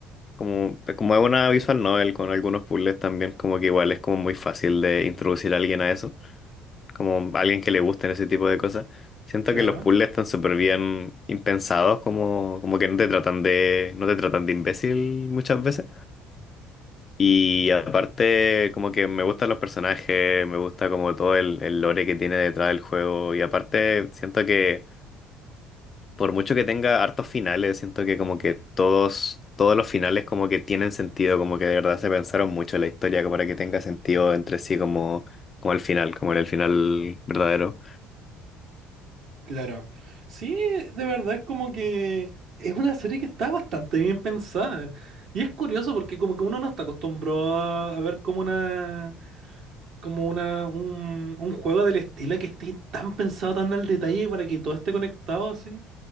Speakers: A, on the left (about 35°); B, on the right (about 65°).
A: como, como es una visual novel con algunos puzzles también, como que igual es como muy fácil de introducir a alguien a eso, como alguien que le gusten ese tipo de cosas. Siento
B: Claro,
A: que los puzzles están súper bien impensados, como, como que no te tratan de, no te tratan de imbécil muchas veces. Y aparte,
B: Ujú.
A: como que me gustan los personajes, me gusta como todo el, el lore que tiene detrás del juego. Y aparte, siento que por mucho que tenga hartos finales, siento que como que todos, todos los finales como que tienen sentido, como que de verdad se pensaron mucho en la historia como para que tenga sentido entre sí como, como el final, como en el final verdadero.
B: claro. Sí, de verdad es como que es una serie que está bastante bien pensada. Y es curioso porque como que uno no está acostumbrado a, a ver como una, como una, un, un juego del estilo que esté tan pensado, tan al detalle para que todo esté conectado así.